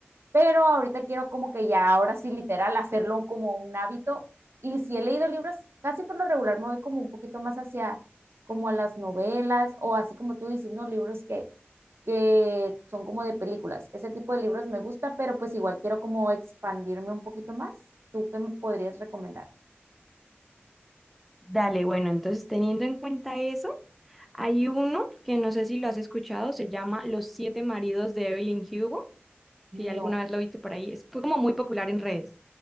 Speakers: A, on the right (about 70°); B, in the centre.
A: pero ahorita quiero como que ya ahora sí literal hacerlo como un hábito. Y si he leído libros, casi por lo regular me voy como un poquito más hacia como a las novelas o así como tú dices, ¿no? Libros que, que son como de películas. Ese tipo de libros me gusta, pero pues igual quiero como expandirme un poquito más. ¿Tú qué me podrías recomendar?
B: Dale, bueno, entonces teniendo en cuenta eso, hay uno que no sé si lo has escuchado, se llama Los siete maridos de Evelyn Hugo.
A: No,
B: Si alguna vez lo viste por ahí, es como muy popular en redes.